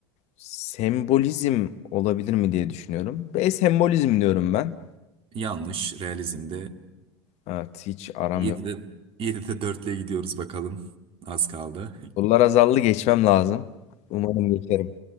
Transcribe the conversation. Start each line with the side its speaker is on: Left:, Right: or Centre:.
Left: sembolizm olabilir mi diye düşünüyorum. B sembolizm diyorum ben.
Right: Yanlış. Realizmde
Left: Evet hiç aram
Right: 7'de
Left: yok.
Right: 7'de 4 ile gidiyoruz bakalım. Az kaldı.
Left: Sorular azaldı geçmem lazım. Umarım geçerim.